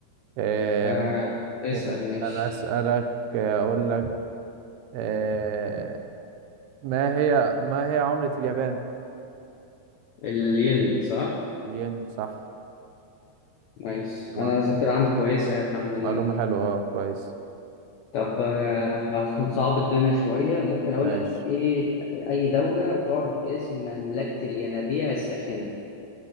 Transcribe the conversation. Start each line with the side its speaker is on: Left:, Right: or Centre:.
Right: آه
Left: آه
Right: ممكن
Left: اسأل ماشي
Right: أنا أسألك آه، أقول لك آه ما هي ما هي عملة اليابان؟
Left: الين صح؟
Right: الين صح
Left: نايس
Right: معلومة
Left: انا الذاكرة
Right: حلوة،
Left: عندي كويسة يعني الحمد لله
Right: معلومة حلوة أه كويس
Left: طب آه، هنصعب الدنيا شوية ممكن اقول
Right: ماشي
Left: لك ايه اي دولة تعرف باسم مملكة الينابيع الساخنة